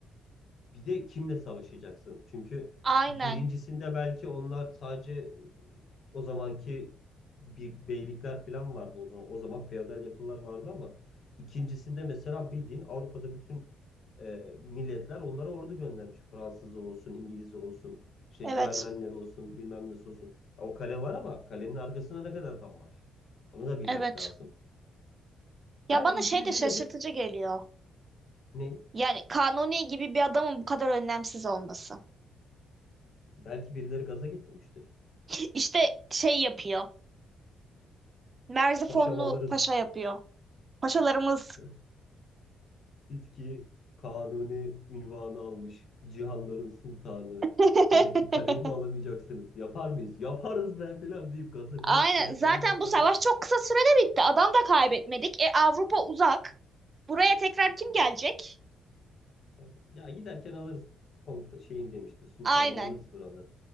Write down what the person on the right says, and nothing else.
Aynen.
Evet.
Evet.
Ya
bana
şey de
şaşırtıcı geliyor.
Yani Kanuni gibi bir adamın bu kadar önlemsiz olması.
<laughs> İşte şey yapıyor. Merzifonlu
paşa yapıyor. Paşalarımız
<laughs>
Aynen.
Zaten
bu savaş çok kısa sürede bitti. Adam da kaybetmedik. E Avrupa uzak. Buraya tekrar
kim
gelecek?
Aynen.